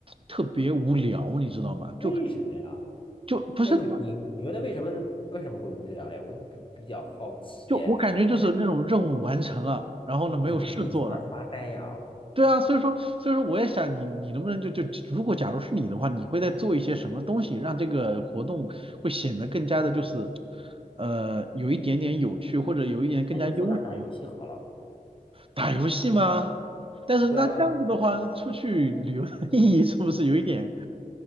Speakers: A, on the right; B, on the left.
A: 特别无聊，你知道吗？
B: 为什么呀？
A: 就就不是。
B: 哎，你你你觉得为什么为什么会无聊嘞？我比比较好奇。
A: 就我感觉就是那种任务完成了，
B: 其实，
A: 然后呢没有事做了。
B: 哎，你可以坐那儿发呆呀，
A: 对啊，所以说所以说我也想你你能不能就就如果假如是你的话，你会在做一些什么东西，让这个活动会显得更加的就是呃有一点点有趣，或者有一点更加悠闲。
B: 那就坐那儿打游戏好了。
A: 打游戏吗？但是那这样子的话，
B: 对啊，
A: 出去旅游的意义是不是有一点